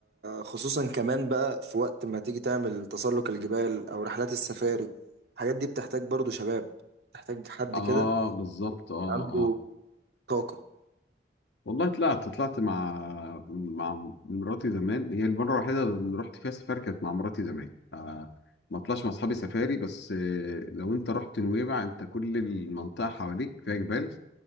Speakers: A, on the right (about 65°); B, on the left (about 75°).
A: خصوصا كمان بقى في وقت ما تيجي تعمل تسلق الجبال او رحلات السفاري الحاجات دي بتحتاج برضو شباب بتحتاج حد
B: آه
A: كده
B: بالظبط آه
A: عنده
B: آه.
A: طاقه
B: والله طلعت طلعت مع مع مراتي زمان هي المرة الوحيدة اللي رحت فيها سفاري كانت مع مراتي زمان آه ما طلعش مع أصحابي سفاري بس آه لو أنت رحت نويبع أنت كل المنطقة حواليك فيها جبال